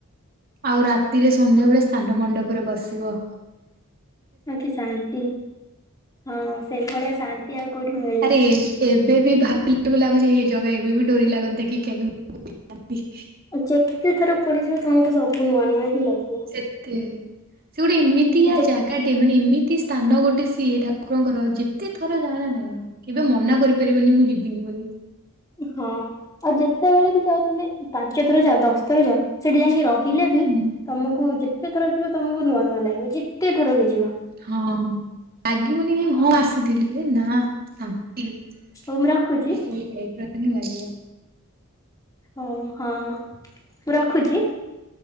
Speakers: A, on the right (about 45°); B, on the left (about 15°).
A: ଆଉ ରାତିରେ ସନ୍ଧ୍ୟାବେଳେ
B: ହଁ
A: ସ୍ଥାନ ମଣ୍ଡପରେ ବସିବ।
B: ଆଉ କି ଶାନ୍ତି, ହଁ ସେଭଳିଆ ଶାନ୍ତି ଆଉ କୋଉଠି ମିଳି
A: ଆରେ, ଏବେ ବି ଭାବିଲା ବେଳକୁ ଲାଗୁଛି ହେଇଯା ଜାଗା ଏବେ ବି ଡୋରି ଲାଗନ୍ତା କି <inaudible>
B: ଆଉ ଯେତେ ଥର ପୁରୀ ଯିବ, ତୁମକୁ ସବୁ ନୂଆଁ ନୂଆଁ ହିଁ ଲାଗିବ।
A: ସେତେ, ସେ ଗୋଟେ ଏମିତିଆ
B: ଯେ
A: ଜାଗାଟେ, ମାନେ ଏମି କି ସ୍ଥାନ ଗୋଟେ ସିଏ ଠାକୁରଙ୍କର, ଯେତେ ଥର ଯାଅ ନା କାହିଁ କେବେ ମନା କରିପାରିବନି, ମୁଁ ଯିବିନି ବୋଲି?
B: ହଁ, ଆଉ ଯେତେବେଳେ ବି ଯାଅ ତମେ, ପାଞ୍ଚ ଥର ଯାଅ ଦଶ ଥର ଯାଅ, ସେଠି ଯାଇଁକି ରହ ହିଲେ ବି,
A: ହୁଁ
B: ତମକୁ ଯେତେ ଥର ଯିବ, ତମକୁ ନୂଆଁ ନୂଆଁ ଲାଗିବ। ଯେତେ ଥର ବି ଯିବ।
A: ହଁ, ଲାଗିବନି କି
B: ଓହୋ
A: ହଁ ଆସିଥିଲି, ଏ ନାଁ ସାନ୍ କି,
B: ହଉ
A: ସେଟା
B: ମୁଁ ରଖୁଛି
A: ସେଇ ଟାଇପ୍ ର ହିଁ ଲାଗିବ।
B: ହଉ ହଁ, ମୁଁ ରଖୁଛି।